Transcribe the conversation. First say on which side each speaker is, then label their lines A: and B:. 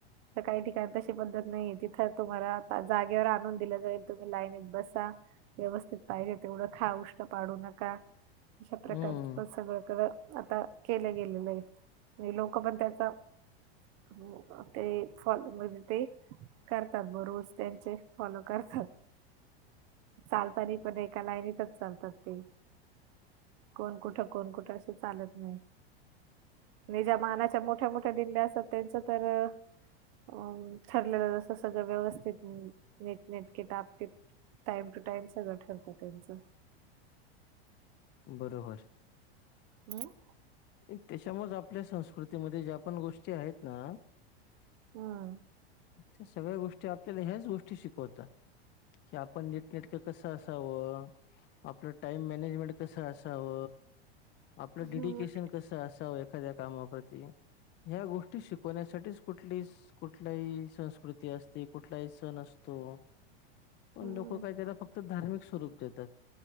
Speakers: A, on the right; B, on the left.
A: तर काही ठिकाण तशी पद्धत नाही तिथं तुम्हाला जागेवर आणून दिलं जाईल तुम्ही लाईनीत बसा. व्यवस्थित पाहिजे तेवढं खा. उष्ट् पाडू नका अशा प्रकारे.
B: हं,
A: पण सगळकडं आता केलं गेलेलं आहे नाही लोक पण त्याचा हो का? ते फॉलो म्हणजे ते करतात बर रोज त्यांचे फॉलो करतात. चालतानी पण एका लाईनीतच चालतात ते. कोण कुठं कोण कुठं असं चालत नाही. णि ज्या मानाच्या मोठ्या मोठ्या दिंड्या असत त्यांचं तर अ ठरलेलं जसं सगळं व्यवस्थित नीटनेटके टापटीप. टाइम टू टाइम सगळं ठरत त्यांचं.
B: बरोबर.
A: हम.
B: एक त्याच्यामुळेच आपल्या संस्कृतीमध्ये ज्या पण गोष्टी आहेत ना,
A: हम्म
B: त्या सगळ्या गोष्टी त्या आपल्याला ह्याच गोष्टी शिकवतात की आपण नीटनेटक कसं असावं. आपलं टाइम मॅनेजमेंट कस असाव? आपलं
A: हम्म
B: डेडिकेशन कसं असावं एखाद्या कामाप्रती ह्या गोष्टी शिकवण्यासाठीच कुठलीच कुठलाही संस्कृती असते, कुठलाही सण असतो पण
A: हम्म
B: लोक काय करतात फक्त धार्मिक स्वरूप देतात.